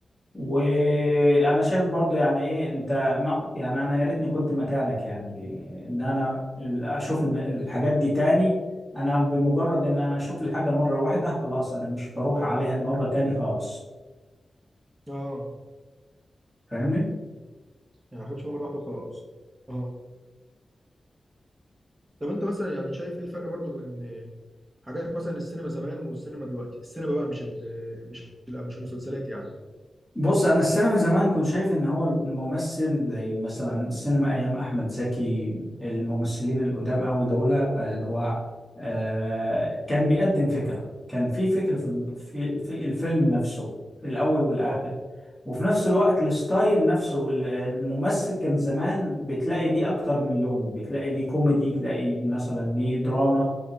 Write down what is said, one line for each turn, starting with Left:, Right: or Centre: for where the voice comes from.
Centre: وانا شايف برضو يعني ايه انت نق- يعني انا يا ريتني كنت مكانك يعني ان انا اشوف الم- الحاجات دي تاني انا بمجرد ان انا اشوف الحاجه مره واحده خلاص انا مش بروح عليها مره تاني خالص
Right: اه
Centre: فاهمني
Right: يعني احب اشوفها مره واحده وخلاص اه طب انت مثلا يعني شايف ايه الفرق برضو بين حاجات مثلا السينما زمان والسينما دلوقتي السينما بقى مش ال مش ال مش المسلسلات يعني
Centre: بص انا السينما زمان كنت شايف ان هو الممثل زي مثلا السينما ايام احمد زكي الممثلين القدام قوي دول آه، اللي هو آه، كان بيقدم فكره كان في فكره في الم- في في الفيلم نفسه في الاول والاخر
Right: آه.
Centre: وفي نفس الوقت الستايل نفسه ال- الممثل كان زمان بتلاقي ليه اكتر من لون بتلاقي ليه كوميدي تلاقي مثلا ليه دراما